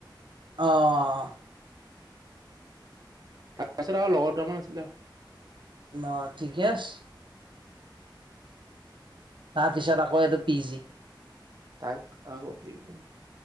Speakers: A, on the right (about 75°); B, on the right (about 50°).
A: অ',
B: তাৰপাছত আৰু লগৰ দুামান আছিলে আৰু।
A: অ, ঠিকে আছে। তাৰ পিছত আকৌ এইটো পি জি
B: তাক আগ পিজ